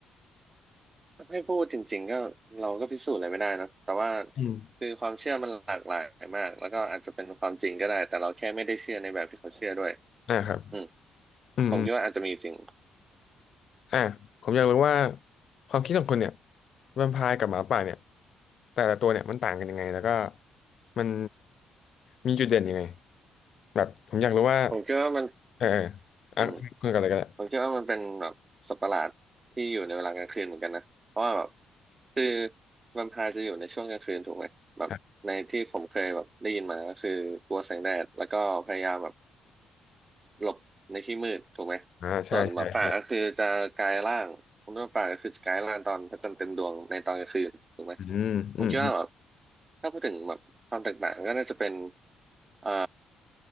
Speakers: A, on the right; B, on the left.
A: ถ้าให้พูดจริงๆก็เราก็พิสูจน์อะไรไม่ได้เนอะแต่ว่า
B: อืม
A: คือความเชื่อมันหลากหลายมากแล้วก็อาจจะเป็นความจริงก็ได้แต่เราแค่ไม่ได้เชื่อในแบบที่เขาเชื่อด้วย
B: อ่าครับ
A: อืม
B: อืม
A: ผมคิดว่าอาจจะมีสิ่ง
B: อ่ะผมอยากรู้ว่าความคิดของคนเนี่ยแวมไพร์กับหมาป่าเนี่ยแต่ละตัวเนี่ยมันต่างกันยังไงแล้วก็มันมีจุดเด่นยังไงแบบผมอยากรู้ว่า
A: ผมคิดว่ามัน
B: เออเอออ่ะคุณกันเลยก็ได้
A: อืมผมคิดว่ามันเป็นแบบสัตว์ประหลาดที่อยู่ในเวลากลางคืนเหมือนกันนะเพราะว่าแบบคือแวมไพร์จะอยู่ในช่วงกลางคืนถูกไหมแบบในที่ผมเคยแบบได้ยินมาก็คือกลัวแสงแดดแล้วก็พยายามแบบ
B: ครับ
A: หลบในที่มืดถูกไหม
B: อ่าใช่ใช่ใช่
A: ส่วนหมาป่าก็คือจะกลายร่างผมคิดว่าป่าก็คือจะกลายร่างตอนพระจันทร์เต็มดวงในตอนกลางคืนถูกไหม
B: อืมอืมอืม
A: ผมคิดว่าแบบถ้าพูดถึงแบบความแตกต่างก็น่าจะเป็นเอ่อ